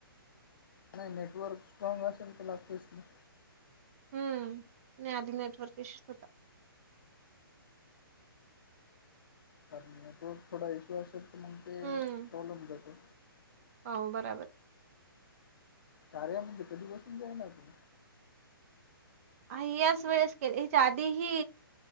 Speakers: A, on the left; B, on the right.
A: नाही नेटवर्क स्ट्रॉग असेल तला फच नाही
B: हम्म नाही अधिक नेटवर्क इशू होता
A: कार नेटवर्क थोडा इश्यू असेल तर म्हग ते
B: हम्म
A: प्रॉब्लेम जातो
B: हो बराबर
A: कार्या म्हणजे कधी बसून जाय ना त
B: आ याच वेळेस के याच्या आधीही